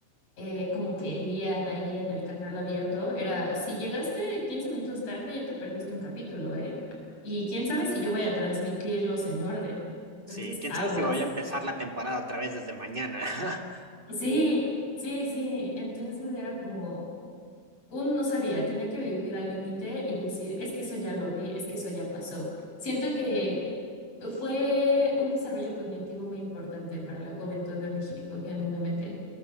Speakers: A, on the left; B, on the right.
A: eh, como querían ahí en el canal abierto, era, si llegaste 15 minutos tarde, ya te perdiste un capítulo, ¿eh? Y quién sabe si yo voy a transmitirlos en orden. Entonces,
B: sí, quién
A: aguas.
B: sabe si vaya a empezar la temporada otra vez desde mañana. <laughs>
A: Sí, sí, sí. Entonces era como, uno no sabía, tenía que vivir al límite y decir, es que eso ya lo vi, es que eso ya pasó. Siento que fue un desarrollo cognitivo muy importante para la juventud de México, genuinamente.